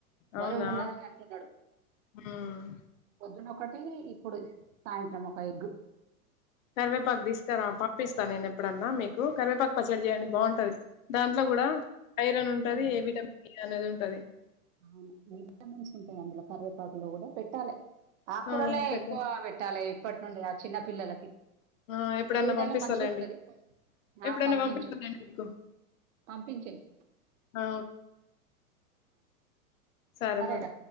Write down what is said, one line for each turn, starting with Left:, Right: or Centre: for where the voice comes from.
Left: అవునా
Right: బరువుగున్నొదని అంటున్నాడు
Left: ఉమ్
Right: పొద్దున్న టీ ఇప్పుడు సాయంత్రం ఒక ఎగ్గు
Left: కరివేపాక్ దీస్కురా పంపిస్తా నేనెప్పుడన్నా మీకు కరివేపాకు పచ్చడి జేయండి బావుంటది దాంట్లో గూడా ఐరన్ ఉంటది
Right: విటమిన్స్
Left: ఏ విటమిన్ ఏ అనేది ఉంటది
Right: అవును విటమిన్సుంటాయ్ అందులో కరివేపాకు లో గూడా పెట్టాలి ఆక్కూరలే
Left: ఆ పెట్ట
Right: ఎక్కువ పెట్టాలి ఇప్పట్టుండి ఆ చిన్న పిల్లలకి
Left: ఆ ఎప్పుడన్నా
Right: ఎదుగుదల
Left: పంపిస్తాలేండి
Right: మంచిగుంటది
Left: ఎప్పుడన్నా
Right: ఆ పంపించు
Left: పంపిస్తాలేండి మీకు
Right: పంపించేయ్
Left: ఆ సరె
Right: సరేరా
Left: మరి